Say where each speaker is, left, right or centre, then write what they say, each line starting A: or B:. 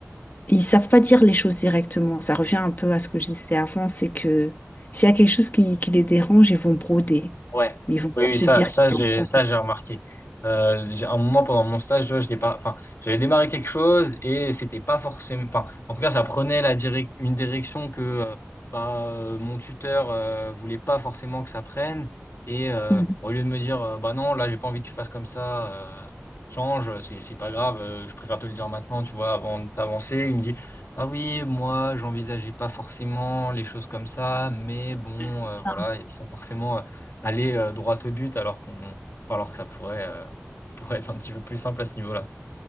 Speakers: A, on the left; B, on the left.
A: ils savent pas dire les choses directement. Ça revient un peu à ce que je disais avant, c'est que s'il y a quelque chose qui, qui les dérange, ils vont broder.
B: Ouais,
A: Mais ils vont pas
B: oui, oui,
A: te
B: ça,
A: dire
B: ça,
A: qu'il
B: j'ai,
A: y un problème.
B: ça, j'ai remarqué. Euh, j'ai- à un moment pendant mon stage, je vois, j'étais pas, enfin, j'avais démarré quelque chose et c'était pas forcément, enfin, en tout cas, ça prenait la direc- une direction que, euh, bah, euh, mon tuteur, euh, voulait pas forcément que ça prenne. Et, euh,
A: Mhm.
B: au lieu de me dire, euh, bah non, là, j'ai pas envie que tu fasses comme ça, euh, change, c'est, c'est pas grave, euh, je préfère te le dire maintenant, tu vois, avant d'avancer. Il me dit, ah oui, moi, j'envisageais pas forcément les choses comme ça, mais bon,
A: Ouais, c'est
B: euh, voilà,
A: ça.
B: et sans forcément, euh, aller euh, droit au but alors qu'on alors que ça pourrait, euh, <laughs> pourrait être un petit peu plus simple à ce niveau-là.